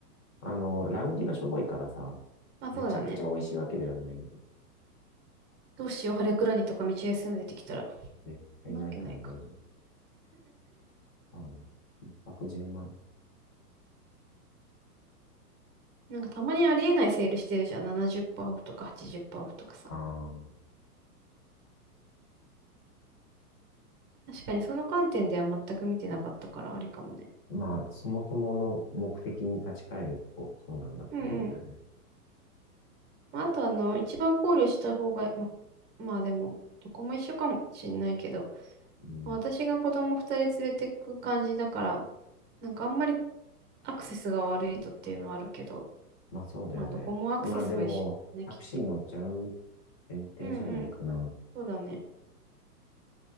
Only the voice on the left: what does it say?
あの、ラウンジがしょぼいからさ、
めちゃくちゃ美味しいわけではない。
絶対ないから大丈夫。
あの、一泊10万。
ああ、
まあ、そもそもの目的に立ち返ると、そうなんだと思うんだよね。
うん。
まあ、そうだよね。
まあ、でも、タクシー乗っちゃう
前提じゃないかな。